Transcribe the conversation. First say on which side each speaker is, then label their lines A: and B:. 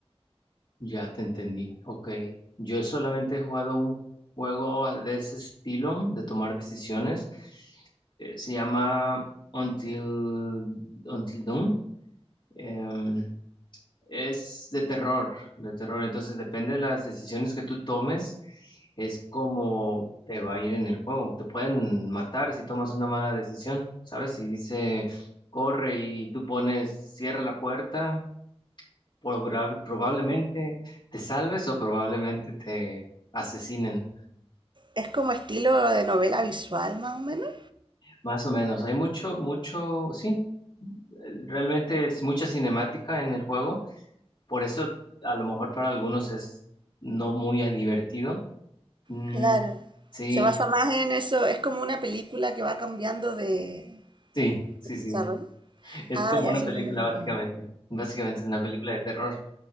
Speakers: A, on the left; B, on the right.
A: Ya te entendí. Ok. Yo solamente he jugado un juego ah, de ese estilo, de tomar decisiones. Eh, se llama Until, Until Dawn. Em, Es de terror, de terror. Entonces depende de las decisiones que tú tomes, es como te va a ir en el juego. Te pueden matar si tomas una mala decisión, ¿sabes? Si dice corre y tú pones cierra la puerta, probab- probablemente te salves o probablemente te asesinen.
B: Es como estilo de novela visual, más o menos.
A: Más o menos. Hay mucho, mucho, sí, realmente es mucha cinemática en el juego. Por eso a lo mejor para algunos es no muy divertido Mm,
B: Claro.
A: sí,
B: Se basa más en eso. Es como una película que va cambiando de
A: sí, sí, sí.
B: desarrollo.
A: Es
B: Ah,
A: como
B: ya
A: una
B: sí
A: película,
B: me lo imagino.
A: básicamente. Básicamente es una película de terror